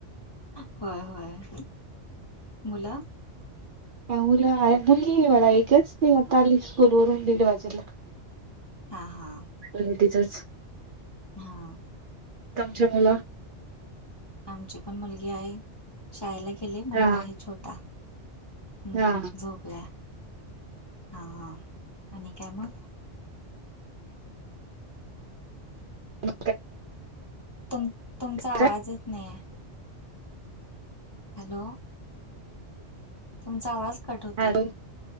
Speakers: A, on the left; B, on the right.
A: होय होय मुूला
B: मुला मुलगी मला एकच ते आता आली स्कूल वरून दीड वाजेला
A: हा हा
B: बर टीचर्स
A: हा
B: तमच्या मुला
A: आमची पण मुलगी आहे शाळेला गेले मुलगा
B: हा
A: आहे छोटा हम्
B: हा
A: झोपल्या हा आणि काय मग
B: ह
A: तुम तुमचा आवाजच
B: काय?
A: नाही आहे हॅलो तुमचा आवाज कट होत
B: हॅलो